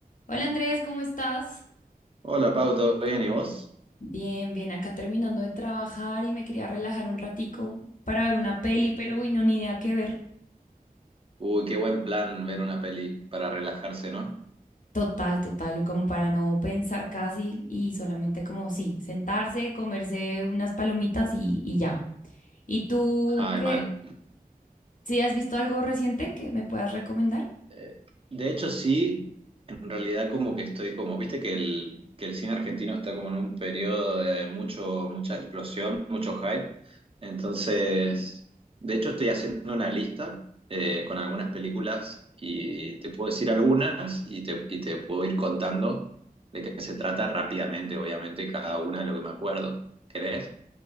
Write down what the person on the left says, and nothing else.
Hola Andrés, ¿cómo estás?
Bien, bien, acá terminando de trabajar y me quería relajar un ratico para ver una peli, pero uy, no, ni idea qué ver.
Total, total, como para no pensar casi y solamente como sí, sentarse, comerse unas palomitas y, y ya. ¿Y tú
qué?
¿Sí has visto algo reciente que me puedas recomendar?